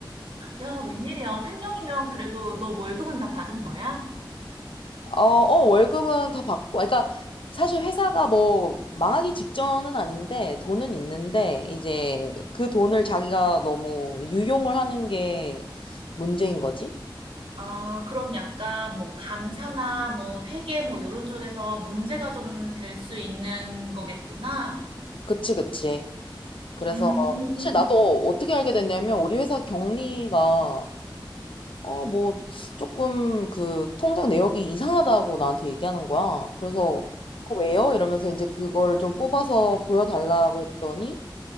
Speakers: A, on the right; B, on the left.
A: 야, 웬일이야? 횡령이면 그래도 너 월급은 다 받은 거야?
B: 어, 어, 월급은 다 받고, 아, 그러니까 사실 회사가 뭐 망하기 직전은 아닌데 돈은 있는데 이제 그 돈을 자기가 너무 유용을 하는 게 문제인 거지?
A: 아, 그럼 약간 뭐 감사나 뭐 회계 뭐 이런 쪽에서 문제가 좀 될 수 있는 거겠구나.
B: 그치, 그치. 그래서
A: 음,
B: 사실 나도 어떻게 알게 됐냐면 우리 회사 경리가 어, 뭐 조금 그 통장 내역이 이상하다고 나한테 얘기하는 거야. 그래서 어, 왜요? 이러면서 이제 그거를 좀 뽑아서 보여달라고 했더니